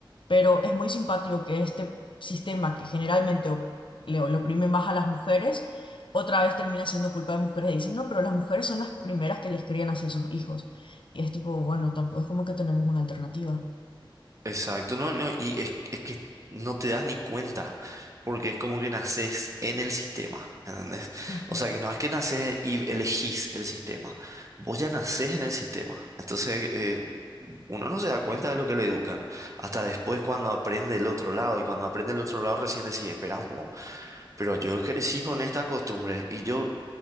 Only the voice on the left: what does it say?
pero es muy simpático que este sistema que generalmente o- le, le oprime más a las mujeres, otra vez termina siendo culpa de mujeres y dicen, no, pero las mujeres son las primeras que les crían hacia sus hijos. Y es tipo, bueno, tampoco es como que tenemos una alternativa.
Ujú,